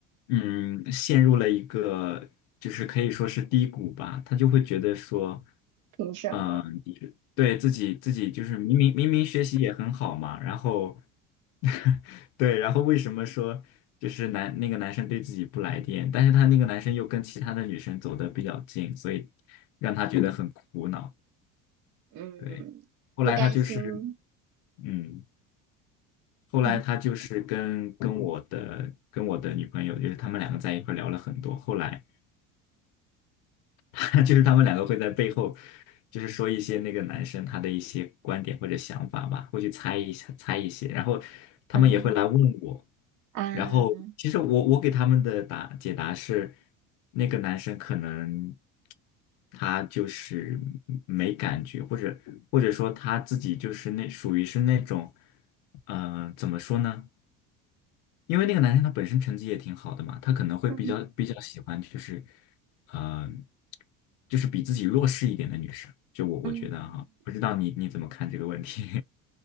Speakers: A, on the left (about 70°); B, on the right (about 55°).
A: 嗯，陷入了一个就是可以说是低谷吧，她就会觉得说，
B: 凭什么？
A: 嗯、就是对自己自己就是明明明明学习也很好嘛，然后，<laughs> 对，然后为什么说就是男那个男生对自己不来电，但是他那个男生又跟其他的女生走的比较近，所以让她觉得很苦恼。
B: 嗯，
A: 对，后来她就是，
B: 不甘心，
A: 嗯。后来他就是跟跟我的跟我的女朋友，
B: 嗯
A: 就是他们两个在一块聊了很多。后来 <laughs> 就是他们两个会在背后，就是说一些那个男生他的一些观点或者想法吧，会去猜一下猜一些，然后他们也会来问我。
B: 嗯嗯
A: 然后其实我我给他们的答解答是，那个男生可能他就是没感觉，或者或者说他自己就是那属于是那种，嗯、怎么说呢？因为那个男生他本身成绩也挺好的嘛，他可能会比较比较喜欢就是，
B: 嗯。
A: 嗯、就是比自己弱势一点的女生。就我我觉得哈，
B: 嗯
A: 不知道你你怎么看这个问题？